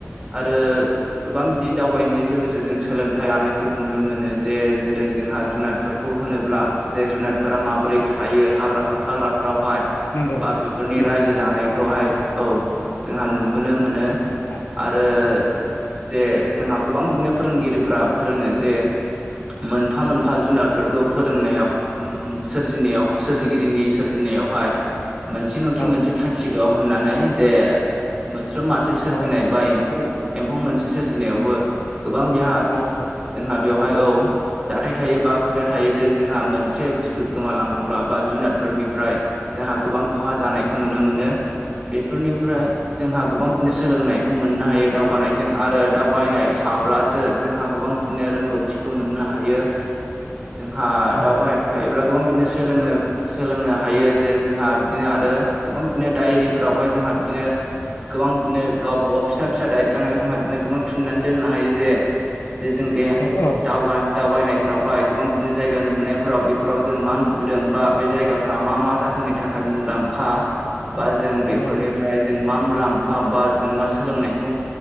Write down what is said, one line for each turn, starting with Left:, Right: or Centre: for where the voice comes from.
Right: आरो गोबां बिदि दावबायनायजों लोगोसे जों सोलोंथाइ लानायफोरखौ नुनो मोनो जे जेरै जोंहा जुनादफोरखौ <unintelligible> होनोब्ला जे जुनारफोरा माबोरै थायो हाग्रा हाग्राफ्रावहाय
Left: नंगौ
Right: बा बेफोरनि
Left: नंगौ
Right: रायजो जानायखौहाय औ जोंहा नुबोनो मोनो
Left: औ
Right: आरो जे जोंहा गोबां बिदिनो फोरोंगिरिफ्रा फोरोङो जे मोनफा मोनफा जुनारफोरखौ फोरोंनायाव उम उम सोरजिनायाव सोरजिगिरिनि सोरजिनायावहाय मोनसे नङाखि
Left: औ
Right: मोनसे थांखि दं होननानै जे मोस्रोम मासे सो सोरजिनाय
Left: औ
Right: बा एम्फौ एम्फौ मोनसे सोरजिनायावबो गोबां बेहा
Left: औ औ
Right: जोंहा बेवहाय औ जाथाय थायो बा खोथा थायो जे जोंहा मोनसे बुस्थु गोमालांब्ला बा जुनाद फोरनिफ्राय जोंहा गोबां खहा जानायखौ नुनो मोनो। बेफोरनिफ्राय
Left: औ
Right: जोंहा गोबां नो सोलोंनायखौ मोननो हायो दावगानायजों आरो दावगायनाय थाब्लासो जोंहा गोबां बिदिनो रोंगौ थिखौ मोननो हायो जोंहा
Left: नंगौ
Right: दावबायनाय थायोब्ला गोबां बिदिनो सोलोंनो सोलोंनो हायो जे जोंहा बिदिनो आरो गोबां बिदिनो डायरिफोरावहाय जोंहा बिदिनो गोबां बिदिनो गावबागाव फिसा फिसा दायरि लांनायाव जोंहा बिदिनो गोबां थुननानै दोननो हायो जे जे जों बे
Left: औ औ
Right: दावगा दावगायनाय फोरावहाय गोबां बिदिनो जायगा नुबोनायफोराव बेफोराव जों मा नुबोदों बा बे जायगाफ्रा मा मा जाहोननि थाखाय मुंदांखा बा जों बेफोरनिफ्राय
Left: औ
Right: जों मा मुलाम्फा बा जों मा सोलोंनायखौ